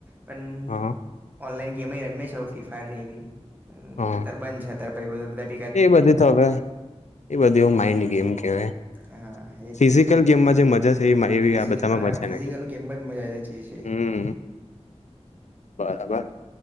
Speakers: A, on the right; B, on the left.
A: પણ
B: હા
A: ઓનલાઈન ગેમ રમે છે, ફ્રી ફાયર ને એવી
B: હા
A: તરબંધ છે. અ તારાઈ
B: એ બધી તો હવે એ બધી માઇન્ડ ગેમ કેવાય
A: હા એજ
B: ફીજી
A: ને
B: કલ ગેમમાં જે મજા છે એવી
A: ફિઝિકલ
B: આ બધામાં
A: હા
B: મજા
A: ફિઝિકલ
B: ન
A: ગેમ જ મજા જે છે છે
B: હમ્મ બરાબર